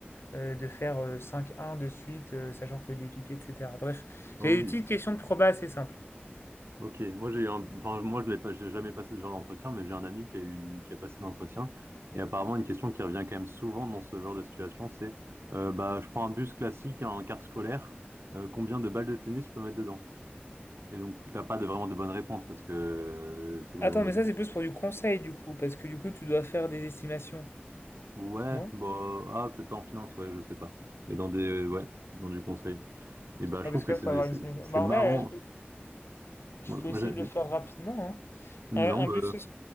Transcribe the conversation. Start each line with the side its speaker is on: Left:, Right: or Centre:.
Left: euh, de faire euh, 5-1 de suite, euh, sachant que le dépipé, etc. Bref,
Right: Ah
Left: j'ai
Right: oui.
Left: des petites questions de proba assez simples.
Right: Ok, moi j'ai eu un... enfin moi je l'ai pas, j'ai jamais passé ce genre d'entretien, mais j'ai un ami qui a eu, qui a passé l'entretien et apparemment une question qui revient quand même souvent dans ce genre de situation, c'est euh, bah je prends un bus classique, un car scolaire, euh, combien de balles de tennis je peux mettre dedans? Et donc t'as pas de, vraiment de bonne réponse parce que euh, selon
Left: Attends,
Right: le mode.
Left: mais ça, c'est plus pour du conseil, du coup, parce que du coup, tu dois faire des estimations,
Right: Ouais,
Left: non?
Right: bah ah peut-être pas en finance, ouais je sais pas, mais dans des ouais dans du conseil. Et bah je
Left: Ah,
Right: trouve
Left: parce
Right: que
Left: que là,
Right: c'est
Left: faut
Right: des-
Left: avoir
Right: c'est
Left: une estimation.
Right: c'est
Left: Bah,
Right: marrant.
Left: en vrai, là, je peux, je
Right: Moi,
Left: peux
Right: moi,
Left: essayer
Right: j'ai-
Left: de le faire rapidement, hein.
Right: Non,
Left: Un, un
Right: bah,
Left: bus, ce-